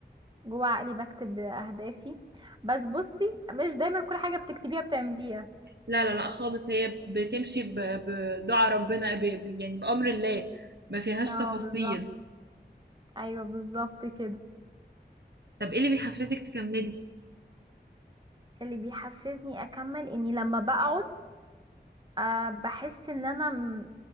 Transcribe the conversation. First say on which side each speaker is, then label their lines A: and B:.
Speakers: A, on the right (about 25°); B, on the right (about 70°).
A: جوه عقلي بكتب اهدافي بس بصي مش دايما كل حاجة بتكتبيها بتعمليها
B: لا لا لا خالص هي بتمشي ب- بدعاء ربنا ب... ب- يعني بأمر الله ما فيهاش
A: اه
B: تفاصيل
A: بالظبط ايوه بالظبط كده
B: طب ايه اللي بيحفزك تكملي
A: اللي بيحفزني اكمل اني لما بقعد أه بحس ان انا م-